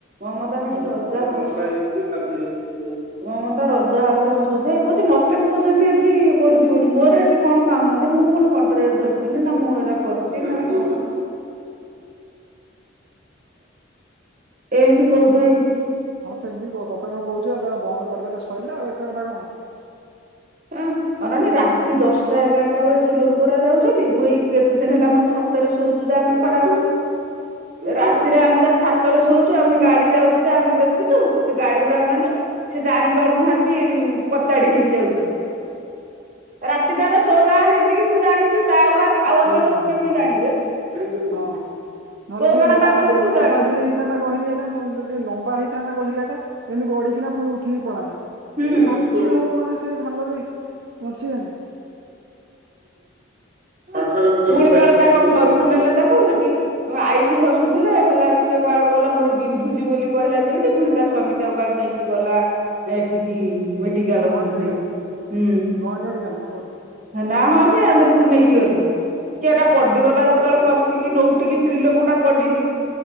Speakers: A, on the right; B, on the right.
A: ମମତା ହେଠୁ
B: ହୁଁ
A: ରଜା ବର୍ଷା ହେଇଛି କାଦୁଅ ହେଇଯାଇଛି <inaudible> ମମତା ରଜା ହସ ହସୁଥାଏ କହୁଛି ମତେ କହୁଛନ୍ତି ଏଠି ଇଏ କରୁଛି ବୋଲି ମୋର ଏଠି କଣ କାମ। ମୁଁ କଣ କଣ୍ଟ୍ରାଟ ଧରିଥିଲି ନା ମୁଁ ଏରା କରିଛି। ସେ ମା କଣ? ଏଁ ତି କହୁଥାାଇ
B: ହଁ ସେମିତି କହୁ। ତତେ କଣ କହୁଛି, ବନ୍ଦ କରିଦେଲେ ସରିଲା ଆଉ ଏତେ କଥା କଣ?
A: ଆଁ, ଅନାନି ରାତି ଦଶଟା ଏଗାରଟା ବେଳେ ଯୋଉ ଲୋକ ଗୁରା ଯାଉଛନ୍ତି, ମୁଁ ଏଇ କେତେ ଦିନ ହେଲା ମୋ ଛାତରେ ଶୋଉୁଛୁ ଯେ ଆମେ ଖରା ରାତିରେ ଆମେ ଯା ଛାତରେ ଶୋଉଛୁ ଆମେ ଗାଡି ଯାଉଛି ଯା ଆମେ ଦେଖୁଛୁ। ସେ ଗାଡି ପୁରା ମାନେ ସେ ଜାଣି ପାରୁନାହାଁନ୍ତି। କଚାଡି ହେଇକି ଯାଉଛି। ରାତିଟାରେ ତୋ ଗାଁ ହେଇଛି କି ତୁ ଜାଣିଛୁ? ତା ଆଉ ଗାଁ ଆଉ
B: ସେଇ
A: ଅନ୍ୟ
B: କଥା
A: ଲୋକ କେମିତି
B: ହଁ।
A: ଜାଣିବେ?
B: ହଁ ନହେଲେ
A: ତୋ
B: ଟିକେ
A: ଗାଁ
B: ଲମ୍ବ
A: ଟା ବୋଲି ତୁ
B: ଲମ୍ବା
A: ଜାଣିଛୁ।
B: ଟିକେ ହେଇଥାନ୍ତା ଗହିରିଆ ଟା ନହେଲେ ଟିକେ ଲମ୍ବା ହେଇ ସେ ଆମ ଗହିରିଆ ଟା ଏମି ଗଡିକି ନା ପୁଣି ଉଠିକି ପଳାନ୍ତା।
A: ହୁଁ।
B: ଖାଚି
A: <inaudible>
B: ହବ ମାନେ ସେ ଖାଲରେ ବଞ୍ଚିବେ ନା
A: ପୁଣି କଣ ତାଙ୍କ ଘରକୁ ନେଲେ ତାକୁ ହେଠି ଆଇଷି ଘଷୁଥିଲେ, ହେଲା ସିଏ କାଳେ କହିଲା ମୋର ବିନ୍ଧୁଛି ବୋଲି କହିଲା ଯେମିତି, ପୁଣିତା ସ୍ଵାମୀ ତକାଳେ ନେଇକି ଗଲା ଏଠିକି-ଇ ମେଡ଼ ମେଡ଼ିକାଲ
B: ଗଭର୍ଣ୍ଣମେଣ୍ଟ
A: ଫୁଣି
B: ମେଡିକାଲ
A: ସେ। ହୁଁ
B: ଗଭର୍ଣ୍ଣମେଣ୍ଟ ମେଡିକାଲ ନା କୋଉଠି
A: ନା ହସେ ସେ ଆନ୍ଦପୁରରୁ ନେଇକି ଗଲେ। କି ଏଟା ପଡିଗଲା
B: ଓହୋ
A: ଯେତେବେଳେ କଶ ନଉଟିକି ସ୍ତ୍ରୀ ଲୋକଟା ପଡିଛିଁ,